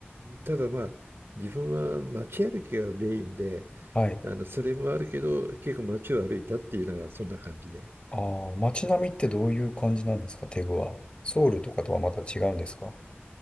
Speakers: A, on the right (about 65°); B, on the left (about 25°).
A: ただまあ、自分は街歩きがメインで、
B: はい。
A: あの、それもあるけど、結構街を歩いたっていうのがそんな感じで。
B: ああ、街並みってどういう感じなんですかテグは。ソウルとかとはまた違うんですか